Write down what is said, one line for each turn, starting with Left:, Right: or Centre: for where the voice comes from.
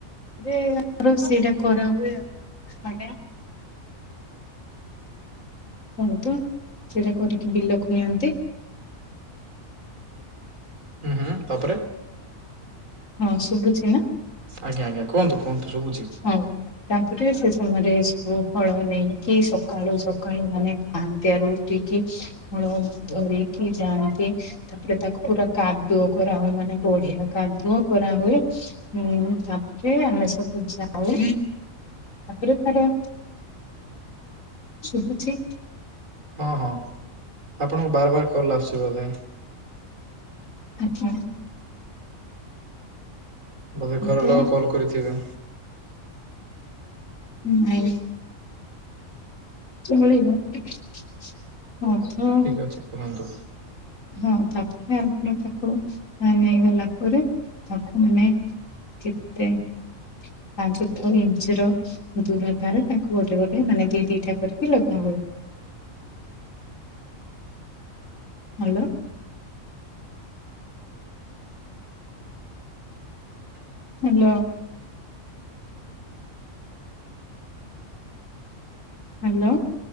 Left: ରେ ଆମର ସେଇଟା କରା ହୁଏ ଆଉ, ମାନେ କୁହନ୍ତୁ, ସେଇଟା କରିକି ବିଲକୁ ନିଅନ୍ତି।
Right: ଉଁ, ହୁଁ, ତାପରେ।
Left: ହଁ ଶୁଭୁଛିିନା?
Right: ଆଜ୍ଞା, ଆଜ୍ଞା, କୁହନ୍ତୁ, କୁହନ୍ତୁ ଶୁବୁଛି।
Left: ଆଉ ତାଙ୍କେ ଟିକେ ସେ ସମୟରେ ସବୁ ହଳ ନେଇକି ସକାଳୁ ସକାଳୁ ମାନେ ପାହାନ୍ତିଆରୁ ଉଠିକି ହଳ ଧରିକି ଯାଆନ୍ତି। ତାପରେ ତାକୁ ପୁରା କାଦୁଅ କରା ହୁଏ। ମାନେ ବଢିଆ କାଦୁଅ କରାହୁଏ। ହୁଁ, ତାପରେ ଆମେ ସବୁ ଯି ଯାଉ, ତାପରେ ତାର, ଶୁଭୁଛି?
Right: ହଁ, ହଁ ଆପଣଙ୍କୁ ବାର ବାର କଲ୍ ଆସୁଛି ବୋଧେ।
Left: ଆଚ୍ଛା।
Right: ବୋଧେ ଘର
Left: ତ
Right: ଲୋକ କଲ୍ କରିଥିବେ।
Left: ନାଇଁ। ଏ ମିଳିବ। <unintelligible>
Right: ଠିକ୍ ଅଛି କୁହନ୍ତୁ।
Left: ହଁ। ତାପରେ ଆପଣ ତାକୁ ନେଇଗଲା ପରେ, ତାକୁ ମାନେ <unintelligible> ପାଞ୍ଚ ଛଅ ଇଞ୍ଚି ର ଦୂରତାର ତାକୁ ଗୋଟେ ଗୋଟେ ମାନେ ଦି ଦିଟା କରିକି ଲଗା ହୁଏ। ହାଲୋ। ହାଲୋ। ହାଲୋ।